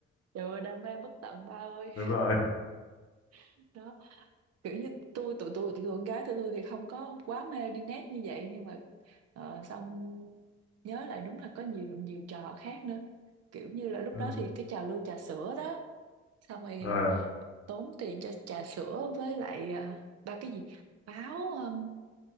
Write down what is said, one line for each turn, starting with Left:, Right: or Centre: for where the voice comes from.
Right: Trời ơi đam mê bất tận ba ơi
Left: đúng rồi
Right: <laughs> đó kiểu như tôi tụi tôi tụi con gái tụi tôi thì không có quá mê đi net như vậy nhưng mà ờ, xong nhớ lại đúng là có nhiều nhiều trò khác nữa kiểu như là lúc
Left: ừ.
Right: đó thì cái trào lưu trà sữa đó xong rồi
Left: ờ
Right: tốn tiền cho trà sữa với lại à, ba cái gì báo ừm,